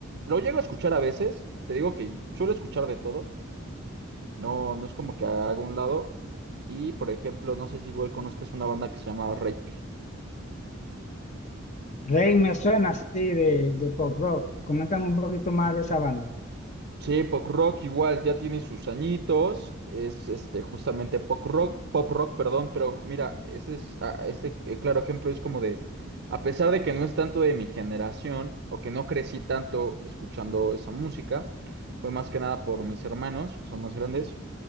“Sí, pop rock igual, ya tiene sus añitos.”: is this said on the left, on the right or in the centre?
Right